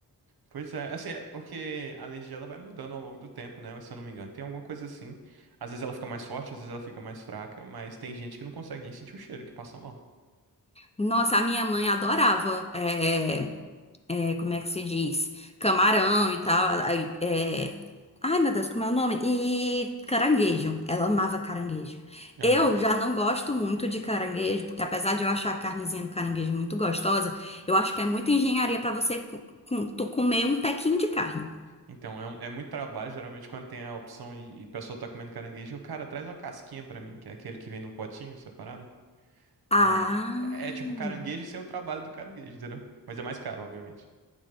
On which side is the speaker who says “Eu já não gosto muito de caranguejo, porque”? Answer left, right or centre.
Left